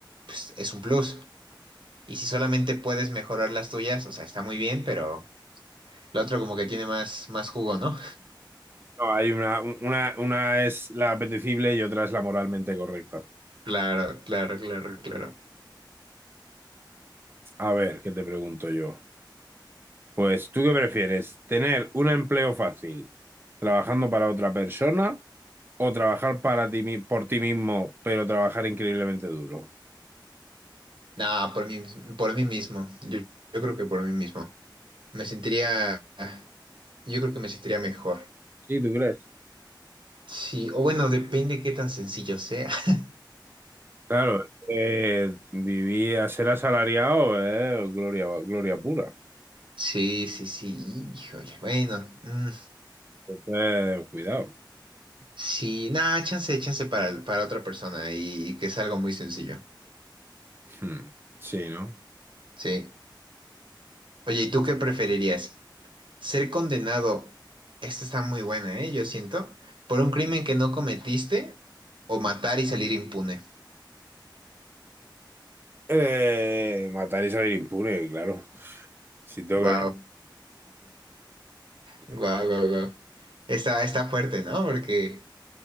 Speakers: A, on the right (about 80°); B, on the right (about 25°).
A: pues es un plus. Y si solamente puedes mejorar las tuyas, o sea, está muy bien, pero lo otro como que tiene más, más jugo, ¿no?
B: No, hay una, una, una es la apetecible y otra es la moralmente correcta.
A: Claro, claro, claro, claro.
B: A ver, ¿qué te pregunto yo? Pues, ¿tú qué prefieres? ¿Tener un empleo fácil trabajando para otra persona o trabajar para ti, mi- por ti mismo, pero trabajar increíblemente duro?
A: No, por mí, mis- por mí mismo. Yo, yo creo que por mí mismo. Me sentiría, yo creo que me sentiría mejor.
B: Sí, ¿tú crees?
A: Sí, o bueno, depende qué tan sencillo sea. <laughs>
B: Claro, eh, vivir a ser asalariado es gloria, gloria pura.
A: Sí, sí, sí, híjole. Bueno, mm,
B: Entonces, cuidado.
A: sí, nada, chance, chance para, para otra persona y, que es algo muy sencillo.
B: Hmm. Sí, ¿no?
A: Sí. Oye, ¿y tú qué preferirías? ¿Ser condenado? Esta está muy buena, ¿eh? Yo siento. ¿Por un crimen que no cometiste o matar y salir impune?
B: Eh, matar y salir impune, claro. Si tengo
A: Wow,
B: que,
A: wow, wow, wow. Está, está fuerte, ¿no? Porque,